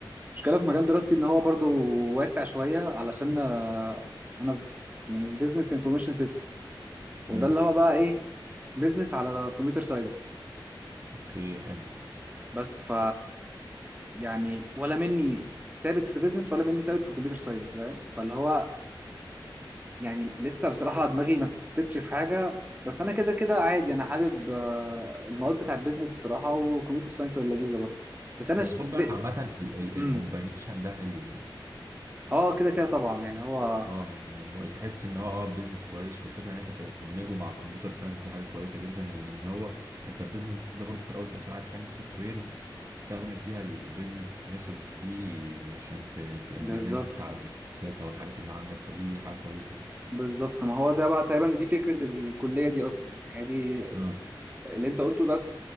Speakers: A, on the right; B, on the right.
A: المشكلة في مجال دراستي إن هو برضو واسع شوية علشان آه، أنا في- يعني بزنس انفورميشن سيستم وده
B: امم
A: اللي هو بقى إيه بزنس على كمبيوتر ساينس
B: اوكي حلو
A: بس ف يعني ولا مني ثابت في بيزنس ولا مني ثابت في كمبيوتر ساينس فاهم فاللي هو يعني لسه بصراحة دماغي ما ثبتتش في حاجة بس انا كده كده عادي انا حابب آه، المواد بتاعت بيزنس بصراحة وكمبيوتر ساينس لذيذة برضه بس انا
B: بس
A: ش...
B: خد
A: ب...
B: بالك عامة ال- ال-
A: مم.
B: الكومباينيشن ده حلو يعني
A: اه كده كده طبعا يعني هو
B: اه يعني مو- تحس ان هو اه بيزنس كويس والفكره ان انت ت- تدمجه مع الكمبيوتر ساينس دي حاجه كويسه جدا لان هو انت البيزنس ده برضو في الاول وفي الاخر عايز تعمل سوفت ويرز تستخدم فيها البيزنس ميثودز دي عشان تمبلمنت
A: بالظبط
B: على الداتا والحاجات اللي عندك فدي حاجه كويسه يعني
A: بالظبط ما هو ده بقى تقريبا دي فكرة الكلية دي اصلا يعني دي
B: اه
A: اللي انت قلته ده